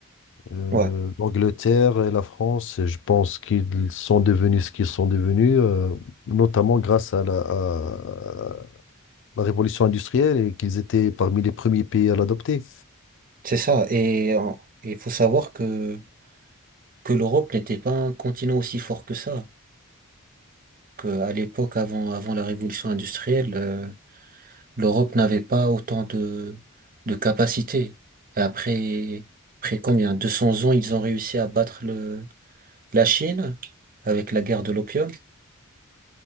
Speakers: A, on the left (about 55°); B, on the right (about 40°).
A: Euh,
B: Ouais,
A: l'Angleterre et la France, je pense qu'ils sont devenus ce qu'ils sont devenus, euh, notamment grâce à la, à la révolution industrielle et qu'ils étaient parmi les premiers pays à l'adopter.
B: c'est ça. Et il faut savoir que que l'Europe n'était pas un continent aussi fort que ça, qu'à l'époque avant, avant la révolution industrielle, euh, l'Europe n'avait pas autant de, de capacités. Et après, après combien? 200 ans, ils ont réussi à battre le, la Chine avec la guerre de l'opium.